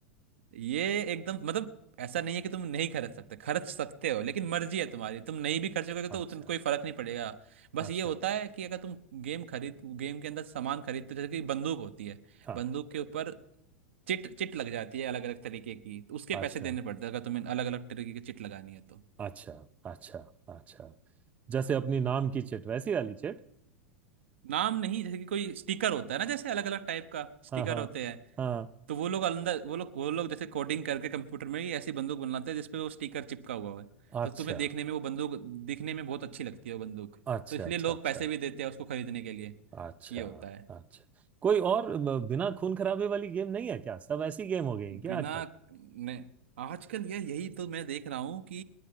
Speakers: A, on the right; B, on the right.
A: ये एकदम मतलब ऐसा नहीं है कि तुम नहीं खरीद सकते खर्च सकते हो लेकिन मर्जी है तुम्हारी तुम नहीं भी खर्चोगे तो
B: अच्छा
A: उतना कोई फर्क नहीं पड़ेगा बस
B: अच्छा
A: ये होता है कि अगर तुम गेम खरीद गेम के अंदर सामान खरीदते हो जैसे कि बंदूक होती है
B: हाँ
A: बंदूक के ऊपर चिट चिट लग जाती है अलग अलग तरीके की तो उसके
B: अच्छा
A: पैसे देने पड़ते हैं अगर तुम्हें अलग अलग तरीके की चिट लगानी है तो
B: अच्छा अच्छा अच्छा जैसे अपनी नाम की चिट वैसी वाली चिट
A: नाम नहीं जैसे कि कोई स्टिकर होता है ना जैसे अलग अलग टाइप का स्टिकर
B: हाँ हाँ
A: होते हैं
B: हाँ
A: तो वो लोग अंदर वो लोग वो लोग जैसे कोडिंग करके कंप्यूटर में ही ऐसी बंदूक बनाते हैं जिसपे वो स्टिकर चिपका हुआ है
B: अच्छा
A: तो तुम्हें देखने में वो बंदूक दिखने में बहुत अच्छी लगती है वो बंदूक
B: अच्छा
A: तो इसलिए
B: अच्छा
A: लोग
B: अच्छा
A: पैसे भी देते हैं उसको खरीदने के लिए
B: अच्छा
A: ये होता है
B: अच्छा कोई और अ, बिना खून खराबे वाली गेम नहीं है क्या सब ऐसी गेम हो गई है क्या
A: बिना
B: आजकल
A: ने आजकल ये यही तो मैं देख रहा हूँ कि